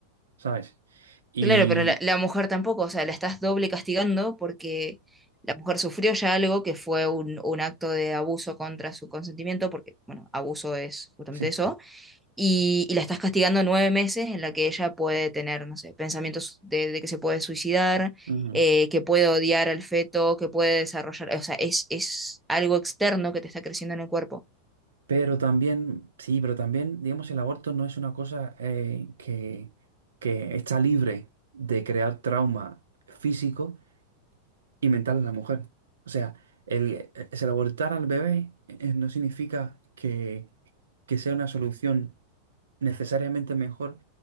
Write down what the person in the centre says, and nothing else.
Claro, pero la, la mujer tampoco, o sea, la estás doble castigando porque la mujer sufrió ya algo que fue un, un acto de abuso contra su consentimiento, porque, bueno, abuso es justamente
eso y, y la estás castigando nueve meses en la que ella puede tener, no sé, pensamientos de, de que se puede suicidar,
eh, que puede odiar al feto, que puede desarrollar, o sea, es, es algo externo que te está creciendo en el cuerpo.